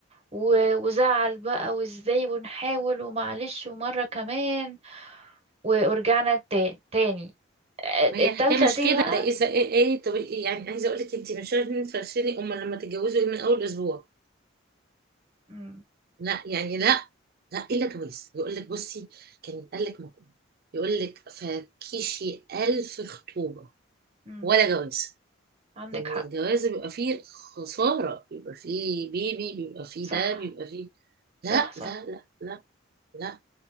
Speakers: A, on the right; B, on the right.
A: و- وزعل بقى وازاي ونحاول ومعلش ومرة كمان و- ورجعنا تا- تاني
B: ما هي
A: التالتة
B: الحكايه مش
A: دي
B: كده
A: بقى
B: ده اذا ايه ايه إيه، طب إيه يعني عايزه اقول لك انت مش عارفه تفرشيني امال لما تتجوزوا ايه من اول اسبوع
A: مم.
B: لا يعني لا لا الا جواز يقول لك بصي كان قال لك مقوم يقول لك فكيشي الف خطوبه
A: مم.
B: ولا جواز
A: عندك
B: لان
A: حق
B: الجواز بيبقى فيه خساره بيبقى فيه بيبي بيبقى فيه
A: صح
B: ده بيبقى فيه
A: صح
B: لا
A: صح
B: لا لا لا لا